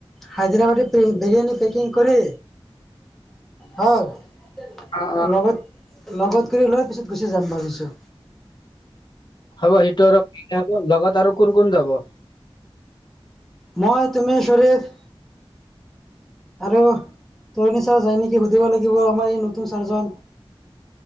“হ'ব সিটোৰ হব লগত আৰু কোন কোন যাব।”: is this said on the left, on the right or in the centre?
Left